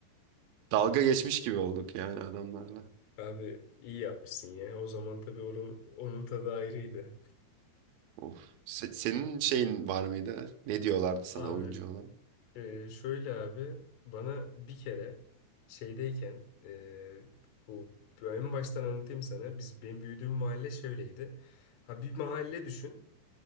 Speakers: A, on the right; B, on the left.
A: Dalga geçmiş gibi olduk yani adamlarla.
B: <laughs> Abi iyi yapmışsın ya. O zaman tabii onun, onun tadı ayrıydı.
A: Of. Se- senin şeyin var mıydı? Ne diyorlardı sana
B: Abi
A: oyuncu olarak?
B: e, şöyle abi bana bir kere şeydeyken e, bu en baştan anlatayım sana. Biz benim büyüdüğüm mahalle şöyleydi. Ha bir mahalle düşün.